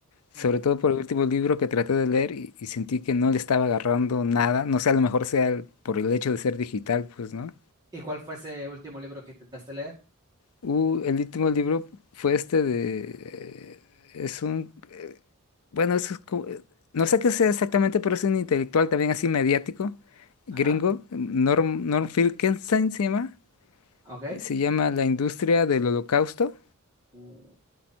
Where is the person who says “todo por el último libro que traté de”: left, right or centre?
Left